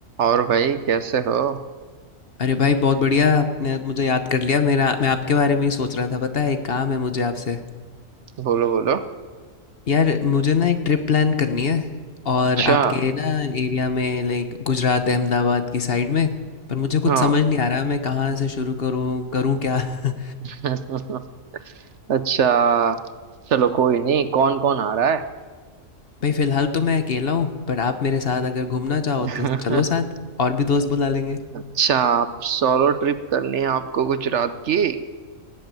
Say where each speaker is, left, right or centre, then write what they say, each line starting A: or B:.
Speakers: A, on the right; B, on the left.
A: और भाई कैसे हो
B: अरे भाई बहुत बढ़िया आपने आज मुझे याद कर लिया मेरा मैं आपके बारे में ही सोच रहा था पता है एक काम है मुझे आपसे
A: बोलो बोलो
B: यार मुझे ना एक ट्रिप प्लान करनी है और
A: अच्छा
B: आपके ना एरिया में लाइक गुजरात अहमदाबाद की साइड में पर मुझे
A: हाँ
B: कुछ समझ नहीं आ रहा मैं कहाँ से शुरू करूँ करूँ क्या <laughs>
A: <laughs> अच्छा चलो कोई नहीं कौन कौन आ रहा है
B: भाई फिलहाल तो मैं अकेला हूँ पर आप मेरे साथ अगर घूमना चाहो
A: <laughs>
B: तो चलो साथ और भी दोस्त बुला लेंगे
A: अच्छा आप सोलो ट्रिप करनी है आपको गुजरात की